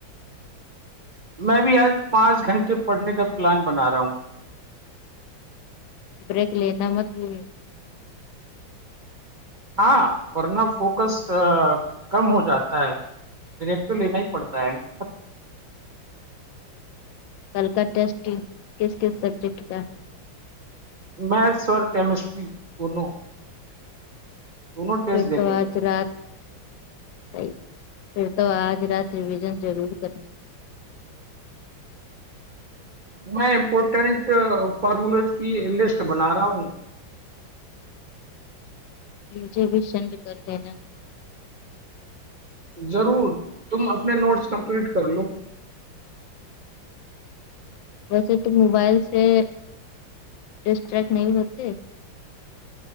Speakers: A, on the right; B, on the left.
A: میں بھی آج پانچ گھنٹے پڑھنے کا پلان بنا رہا ہوں
B: بریک لینا مت بھولو
A: ہاں ورنہ فوکس کم ہو جاتا ہے بریک تو لینا ہی پڑتا ہے نا
B: کل کا ٹیسٹ کس کے سبجیکٹ کا ہے
A: میتھس اور کیمسٹری دونوں دونوں ٹیسٹ
B: پھر
A: دینے
B: تو
A: ہیں مجھے
B: آج رات صحیح پھر تو آج رات ریویژن ضرور کرنا
A: میں امپورٹنٹ فارموولز کی لسٹ بنا رہا ہوں
B: مجھے بھی سینڈ کر دینا
A: ضرور تم اپنے نوٹس کمپلیٹ کر لو
B: ویسے تو موبائل سے ڈسٹریکٹ نہیں ہوتے